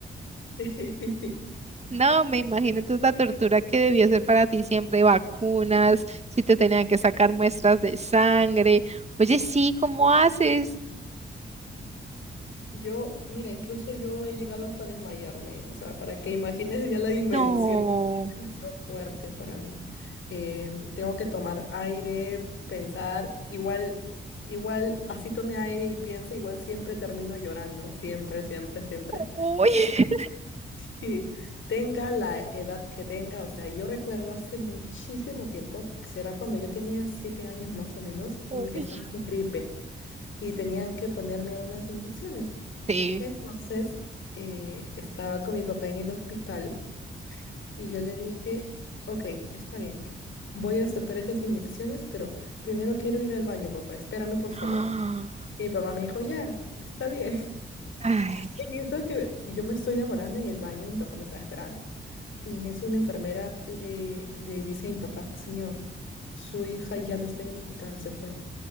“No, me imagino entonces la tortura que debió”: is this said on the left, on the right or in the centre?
Right